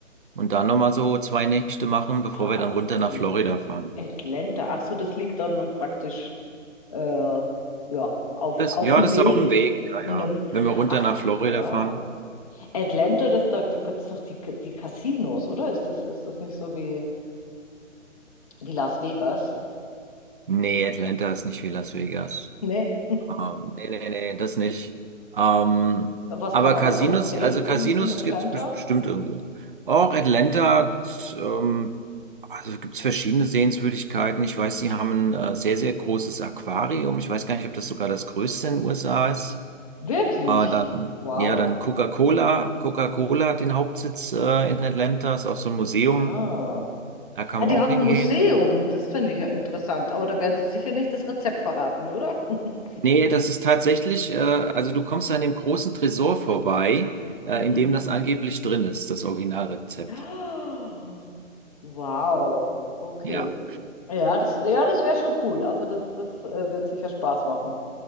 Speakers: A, on the right (about 45°); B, on the left (about 25°).
A: und da nochmal so zwei Nächte machen,
B: Ah,
A: bevor wir dann runter
B: Atlan
A: nach Florida fahren.
B: Atlanta. Ach so, das liegt dann praktisch äh, ja, auf,
A: Das,
B: auf
A: ja,
B: dem
A: das
B: Weg
A: ist auf dem Weg, ja,
B: und
A: ja.
B: damit.
A: Wenn wir runter
B: Ach
A: nach Florida
B: ja.
A: fahren.
B: Atlanta, das, da, da gibt es doch die, die Casinos, oder? Ist das, ist das nicht so wie, wie Las Vegas?
A: Nee, Atlanta ist nicht wie Las Vegas.
B: Ne?
A: Ähm, nee, nee, nee, das nicht. Ähm,
B: Was
A: aber
B: kann man
A: Casinos,
B: da sonst sehen
A: also
B: in,
A: Casinos
B: in Atlanta?
A: gibt's bes- bestimmt irgendwo. Auch Atlanta, ähm, also gibt's verschiedene Sehenswürdigkeiten. Ich weiß, sie haben ein äh, sehr, sehr großes Aquarium. Ich weiß gar nicht, ob das sogar das größte in den USA ist.
B: Wirklich?
A: Äh, dann,
B: Wow.
A: ja, dann Coca-Cola. Coca-Cola hat den Hauptsitz äh, in Atlanta, ist auch so ein Museum.
B: Ja.
A: Da kann
B: Ah,
A: man
B: die
A: auch
B: haben
A: hingehen.
B: ein Museum, das finde ich ja interessant, aber da werden sie sicher nicht das Rezept verraten, oder? <laughs>
A: Nee, das ist tatsächlich, äh, also du kommst an dem großen Tresor vorbei, äh,
B: Mhm.
A: in dem das angeblich drin ist, das Originalrezept.
B: <gasps> Ah, Wow, okay.
A: Ja,
B: Ja, das, ja, das wäre schon cool. Also das, das äh, wird sicher Spaß machen.